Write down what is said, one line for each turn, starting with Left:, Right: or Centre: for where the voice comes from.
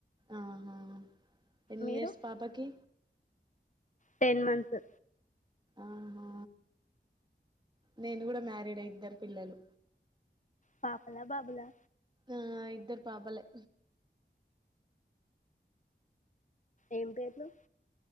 Right: ఆహా ఎన్ని
Left: మీరు
Right: ఇయర్స్ పాపకి
Left: టెన్ మంత్స్
Right: ఆహా నేను కూడా మ్యారీడే ఇద్దరు పిల్లలు
Left: పాపలా బాబులా
Right: ఆ ఇద్దరు పాపలేె
Left: ఏం పేర్లు